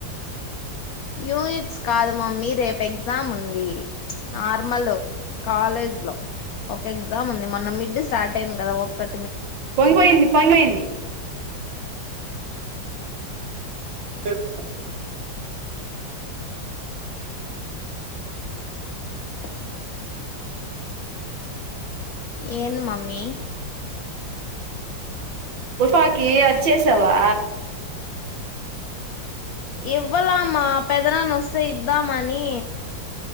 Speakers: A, on the left; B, on the right.
A: యూనిట్స్ కాదు మమ్మీ రేపు ఎగ్జామ్ ఉంది నార్మల్ కాలేజ్ లో ఒక ఎగ్జామ్ ఉంది మొన్న మిడ్ స్టార్ట్ అయింది కదా ఒక
B: పొంగి పోయింది పొంగి పోయింది <unintelligible>
A: ఆ ఏన్ మమ్మీ
B: ఉపాకి అచ్చేసావా
A: ఇవ్వలమ్మా పెదనాన్ వస్తే ఇద్దామాని